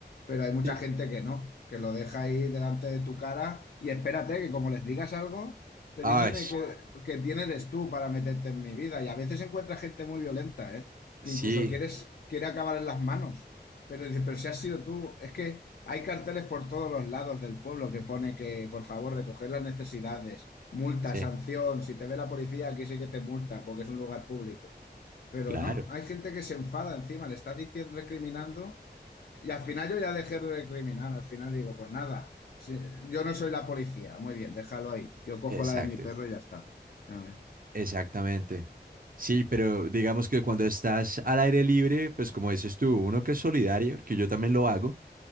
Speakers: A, on the left; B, on the right.
A: pero hay mucha
B: Sí.
A: gente que no, que lo deja ahí delante de tu cara y espérate que como les digas algo, te
B: Ay,
A: dicen de que, que quién eres tú para meterte en mi vida. Y a veces encuentras gente muy violenta, ¿eh?
B: sí,
A: Que incluso quieres, quiere acabar en las manos, pero dices, pero si has sido tú, es que hay carteles por todos los lados del pueblo que pone que, por favor, recoger las necesidades, multa,
B: sí,
A: sanción, si te ve la policía, aquí sí que te multan porque es un lugar público. Pero
B: claro.
A: no, hay gente que se enfada encima, le estás diciendo, recriminando y al final yo ya dejé de recriminar, al final digo, pues nada, si- yo no soy la policía, muy bien, déjalo ahí, yo cojo
B: Exacto.
A: la de mi perro y ya está. A ver,
B: Exactamente. Sí, pero digamos que cuando estás al aire libre, pues como dices tú, uno que es solidario, que yo también lo hago,